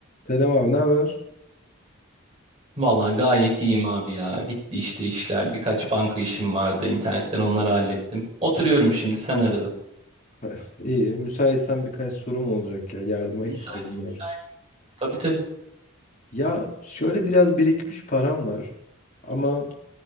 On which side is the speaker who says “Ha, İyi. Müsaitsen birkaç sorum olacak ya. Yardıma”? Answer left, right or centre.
Left